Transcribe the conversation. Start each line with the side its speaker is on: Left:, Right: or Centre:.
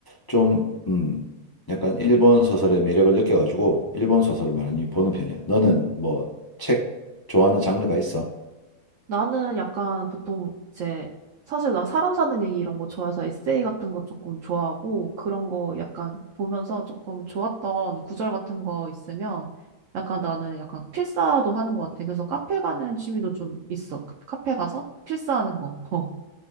Left: 좀, 음, 약간 일본 소설의 매력을 느껴가지고 일본 소설을 많이 보는 편이야. 너는 뭐 책 좋아하는 장르가 있어?
Right: 나는 약간 보통 이제 사실 나 사람 사는 얘기 이런 거 좋아해서 에세이 같은 거 조금 좋아하고 그런 거 약간 보면서 조금 좋았던 구절 같은 거 있으면 약간 나는 약간 필사도 하는 것 같아. 그래서 카페 가는 취미도 좀 있어. 카페 가서 필사하는 거. 어.